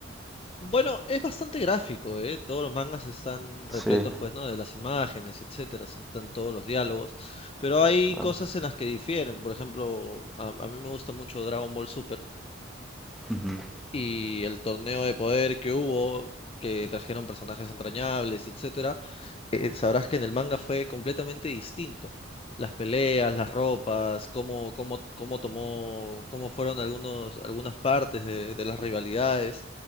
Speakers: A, on the left; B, in the centre.
A: Bueno, es bastante gráfico, ¿eh? Todos los mangas están repletos,
B: Sí,
A: pues, ¿no? De las imágenes, etcétera, están todos los diálogos, pero hay
B: claro.
A: cosas en las que difieren. Por ejemplo, a, a mí me gusta mucho Dragon Ball Super
B: Ujú.
A: y el torneo de poder que hubo, que trajeron personajes entrañables, etcétera eh, sabrás que en el manga fue completamente distinto. Las peleas, las ropas, cómo, cómo, cómo tomó, cómo fueron algunos, algunas partes de, de las rivalidades.